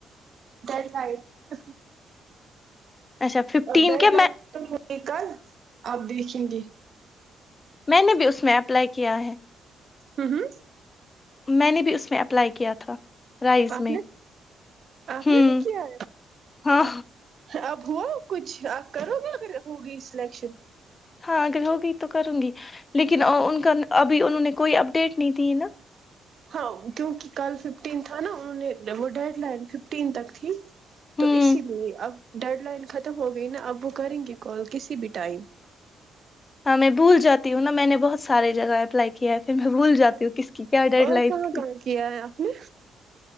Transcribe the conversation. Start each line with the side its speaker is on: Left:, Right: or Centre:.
Right: ڈر لائ ت
Left: اچھا ففٹین
Right: ا ڈیڈ
Left: کے
Right: لائن
Left: میں
Right: تو ہوئی کل آپ دیکھیں گے
Left: میں نے بھی اس میں اپلائی کیا کیا ہے
Right: ہاں ہاں
Left: میں نے بھی اس میں اپلائی کیا تھا رائز
Right: آپ
Left: میں
Right: نے آپ
Left: ہوں
Right: نے بھی کیا
Left: ہاں
Right: ہے اب ہوا کچھ آپ کرو گے اگرگر ہوگی سلیکشن
Left: ہاں اگر ہوگی تو کروں گی لیکن ان کا ابھی انہوں نے کوئی اپڈیٹ نہیں دی ہے نا
Right: ہاں کیونکہ کل ففٹین تھا نا انہوں نے وہ ڈیڈ لائن ففٹین تک تھی
Left: ہوں
Right: تو اسی لیے اب ڈیڈ لائن ختم ہو گئی نا اب وہ کریں گے کال کسی بھی ٹائم
Left: ہاں میں بھول جاتی ہوں ن نہ میں نے بہت سار جگہ اپلائی کیا ہے پھر میں بھول جاتی ہوں کس کی کیا ڈیڈ
Right: اور
Left: لائن
Right: کہاں
Left: تھی
Right: کہاں کیا ہے آپ نے